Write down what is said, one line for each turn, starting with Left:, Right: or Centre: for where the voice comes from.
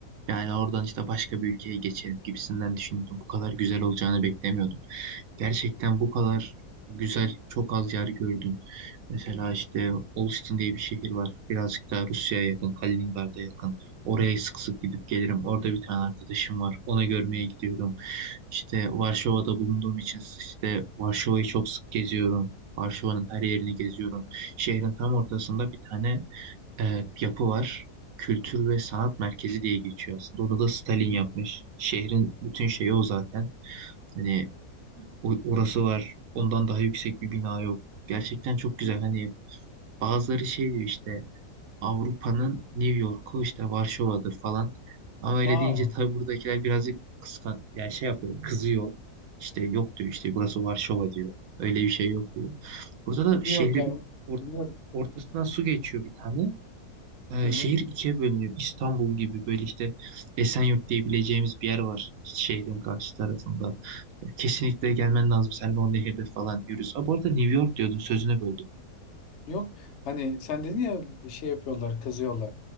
Right: Yani oradan işte başka bir ülkeye geçerim gibisinden düşünüyordum. Bu kadar güzel olacağını beklemiyordum. Gerçekten bu kadar güzel çok az yer gördüm. Mesela işte Olsztyn diye bir şehir var. Birazcık daha Rusya'ya yakın, Kaliningrad'a yakın. Oraya sık sık gidip gelirim. Orada bir tane arkadaşım var. Onu görmeye gidiyorum. İşte Varşova'da bulunduğum için işte Varşova'yı çok sık geziyorum. Varşova'nın her yerini geziyorum. Şehrin tam ortasında bir tane e, yapı var. Kültür ve Sanat Merkezi diye geçiyor aslında. Onu da Stalin
Left: Hı.
Right: yapmış. Şehrin bütün şeyi o zaten. Hani o- orası var. Ondan daha yüksek bir bina yok. Gerçekten çok güzel. Hani Bazıları şey diyor işte Avrupa'nın New York'u işte Varşova'dır falan. Ama öyle
Left: Aa,
Right: deyince tabii buradakiler birazcık kıskan yani şey yapıyor kızıyor. İşte yok diyor işte burası Varşova diyor. Öyle bir şey yok diyor. Burada da
Left: New
Right: şehri
Left: York abi.
Right: bir or-
Left: New York.
Right: ortasından su geçiyor bir tane. Ee,
Left: Hı hı.
Right: şehir ikiye bölünüyor. İstanbul gibi böyle işte Esenyurt diyebileceğimiz bir yer var şehrin karşı tarafında. Kesinlikle gelmen lazım. Sen de o nehirde falan yürüz. Aa, bu arada New York diyordun sözüne böldüm.
Left: Yok. Hani sen dedin ya şey yapıyorlar, kızıyorlar.